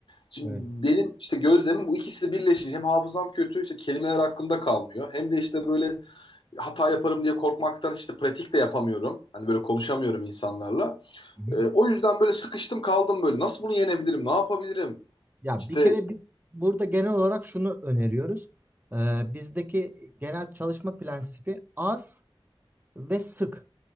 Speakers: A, on the left (about 60°); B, on the right (about 20°).
A: Şimdi
B: Evet.
A: benim işte gözlemim bu ikisi birleşince hem hafızam kötü işte kelimeler aklımda kalmıyor hem de işte böyle hata yaparım diye korkmaktan işte pratik de yapamıyorum. Hani böyle konuşamıyorum insanlarla.
B: Hı
A: Ee,
B: hı.
A: o yüzden böyle sıkıştım kaldım böyle. Nasıl bunu yenebilirim? Ne yapabilirim?
B: Ya
A: İşte
B: bir kere bi- burada genel olarak şunu öneriyoruz. Ee, bizdeki genel çalışma prensibi az ve sık.